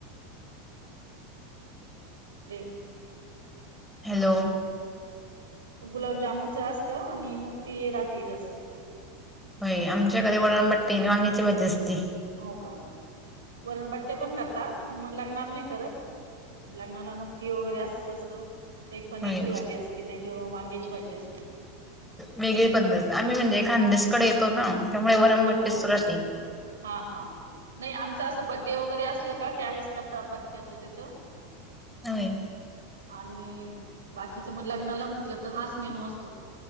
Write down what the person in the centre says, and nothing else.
हॅलो.
हो आमच्याकडे वरण बाट्टी आणि वांग्याची भाजी असती.
होय
वेगळी पद्धत, आम्ही म्हणजे खांदेशकडे येतो त्यामुळे वरणबाट्टी
राहती.
होय.